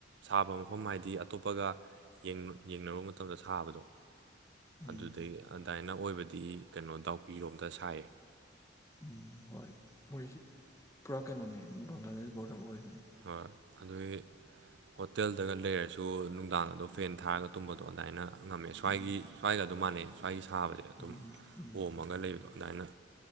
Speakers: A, on the right; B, on the left.
A: ꯁꯥꯕ ꯃꯐꯝ ꯍꯥꯏꯗꯤ ꯑꯇꯣꯞꯄꯒ ꯌꯦꯡꯅꯔꯨꯕ ꯃꯇꯝꯗ ꯁꯥꯕꯗꯣ
B: ꯎꯝ
A: ꯑꯗꯨꯗꯩ ꯑꯗꯨꯃꯥꯏꯅ ꯑꯣꯏꯕꯗꯤ ꯀꯩꯅꯣ ꯗꯥꯎꯀꯤꯔꯣꯝꯇ ꯁꯥꯏꯌꯦ
B: ꯎꯝ ꯍꯣꯏ ꯃꯣꯏꯁꯤ ꯄꯨꯔꯥ ꯀꯩꯅꯣꯅꯦ ꯕꯪꯒ꯭ꯂꯥꯗꯦꯁ ꯕꯣꯔꯗꯔ ꯑꯣꯏꯕꯅꯦ
A: ꯍꯣꯏ ꯑꯗꯨꯒꯤ ꯍꯣꯇꯦꯜꯗꯒ ꯂꯩꯔꯁꯨ ꯅꯨꯡꯗꯥꯡ ꯑꯗꯣ ꯐꯦꯟ ꯊꯥꯔꯒ ꯇꯨꯝꯕꯗꯣ ꯑꯗꯨꯃꯥꯏꯅ ꯉꯝꯃꯦ ꯁ꯭ꯋꯥꯏꯒꯤ
B: ꯎꯝ
A: ꯁ꯭ꯋꯥꯏꯒ ꯑꯗꯨ ꯃꯥꯟꯅꯩ ꯁ꯭ꯋꯥꯏꯒꯤ ꯊꯥꯕꯁꯦ ꯑꯗꯨꯝ
B: ꯎꯝ ꯎꯝ ꯎꯝ
A: ꯑꯣꯝꯃꯒ ꯂꯩꯕꯗꯣ ꯑꯗꯨꯃꯥꯏꯅ